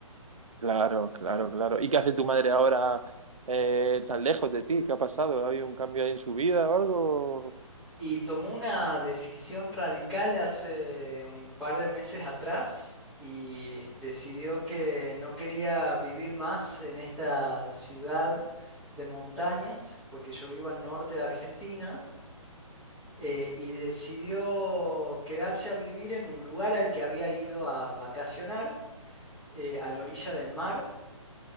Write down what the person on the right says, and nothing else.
claro, claro, claro. ¿Y qué hace tu madre ahora eh, tan lejos de ti? ¿Qué ha pasado? ¿Ha habido un cambio ahí en su vida o algo?